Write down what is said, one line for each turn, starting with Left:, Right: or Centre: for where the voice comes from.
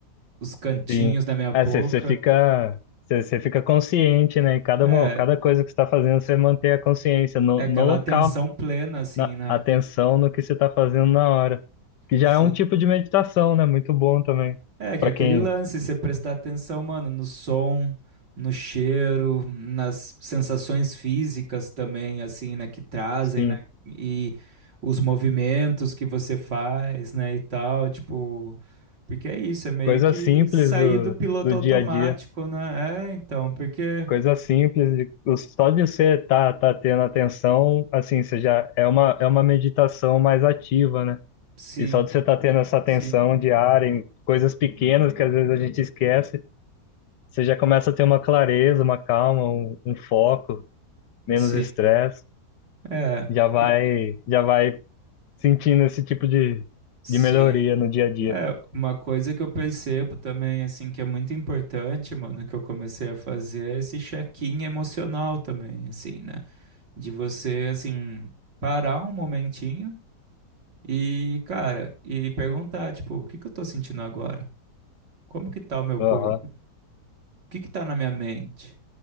Right: os cantinhos
Left: Sim.
Right: da minha boca.
Left: É, você você fica, você você fica consciente, né? Em cada,
Right: É,
Left: mo- cada coisa que você está fazendo, você mantém a consciência no,
Right: é aquela
Left: no local.
Right: atenção plena, assim,
Left: na
Right: né?
Left: atenção no que você está fazendo na hora, que já
Right: Sim.
Left: é um tipo de meditação, né? Muito bom também
Right: É, que
Left: para
Right: é aquele
Left: quem,
Right: lance, você prestar atenção, mano, no som, no cheiro, nas sensações físicas também, assim, né, que trazem,
Left: sim,
Right: né, e os movimentos que você faz, né, e tal, tipo, porque é isso, é meio
Left: coisa
Right: que
Left: simples
Right: sair
Left: do,
Right: do piloto
Left: do
Right: automático,
Left: dia a dia,
Right: né, é, então, porque,
Left: coisa simples de, o- só de você tá tá tendo atenção, assim, você já é uma é uma meditação mais ativa, né?
Right: sim,
Left: E só de você estar tendo essa atenção
Right: sim,
Left: diária em coisas pequenas que às vezes a gente esquece, você já começa a ter uma clareza, uma calma, um, um foco, menos
Right: sim,
Left: estresse,
Right: é,
Left: já vai
Right: e-
Left: já vai sentindo esse tipo de,
Right: sim.
Left: de melhoria no dia a dia.
Right: É, uma coisa que eu percebo também, assim, que é muito importante, mano, que eu comecei a fazer é esse check-in emocional também, assim, né? De você, assim, parar um momentinho e, cara, e perguntar, tipo, o que que eu tô sentindo agora? Como que tá o meu
Left: Aham.
Right: corpo? O que que tá na minha mente?